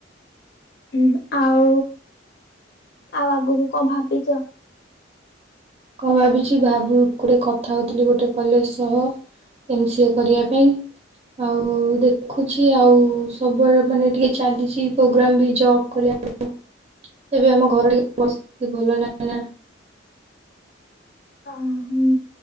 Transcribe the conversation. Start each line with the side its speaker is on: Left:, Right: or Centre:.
Left: ହୁଁ ଆଉ <inaudible> ଆଉ ଆଗକୁ କଣ ଭାବିଛ।
Right: କଣ ଭାବିଛି ଭାବୁଚି ଗୋଟେ କଥା ହଉଥିଲି ଗୋଟେ କଲେଜ ସହ ଏମ ସି ଏ କରିବା ପାଇଁ। ଆଉ ଦେଖୁଛି ଆଉ ସବୁବେଳେ ମାନେ ଟିକେ ଚାଲିଛି। ପ୍ରୋଗ୍ରାମ ବି ଜବ କରିବା ପାଇଁ ଏବେ ଆମ ଘର ଟ ପରିସ୍ଥିତି ଭଲ ନାହିଁ ନା।
Left: ଉଁ ହୁଁ